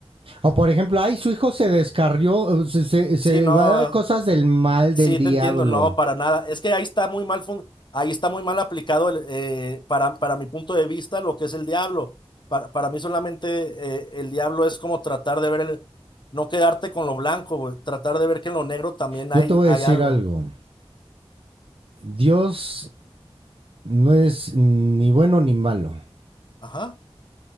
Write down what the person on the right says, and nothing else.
O por ejemplo, ay, su hijo se descarrió, eh, se, se- se
va a dar cosas del mal
del diablo.
Yo
te voy
a decir
algo. Dios no es ni bueno ni malo.